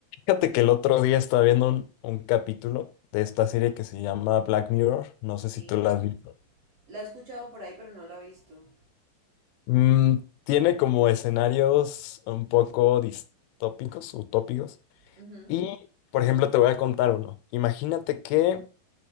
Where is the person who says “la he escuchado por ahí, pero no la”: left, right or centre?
Right